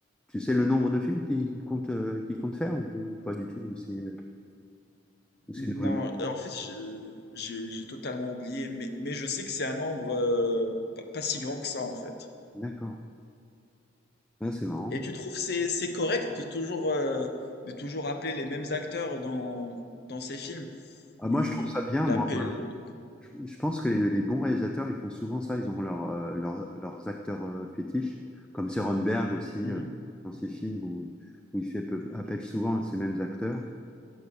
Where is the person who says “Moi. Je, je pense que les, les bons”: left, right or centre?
Centre